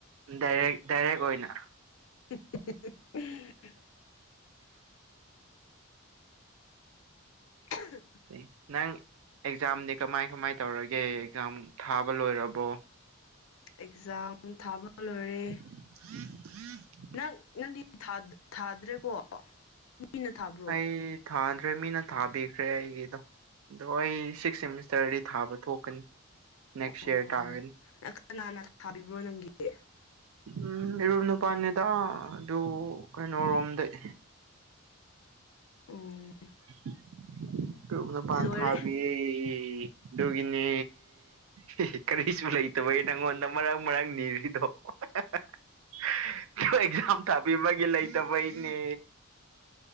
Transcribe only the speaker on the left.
<unintelligible> <unintelligible>
ꯑꯦꯛꯖꯥꯝ ꯊꯥꯕ ꯂꯣꯏꯔꯦ꯫
ꯅꯪ ꯅꯪꯗꯤ ꯊꯥꯗꯠ ꯊꯥꯗ꯭ꯔꯦꯀꯣ? ꯃꯤꯅ ꯊꯥꯕ꯭ꯔꯣ
ꯑꯣ
<unintelligible> ꯀꯅꯥꯅ ꯊꯥꯕꯤꯕ꯭ꯔꯣ ꯅꯪꯒꯤꯗꯤ?
ꯑꯣ
ꯂꯣꯏꯔꯦ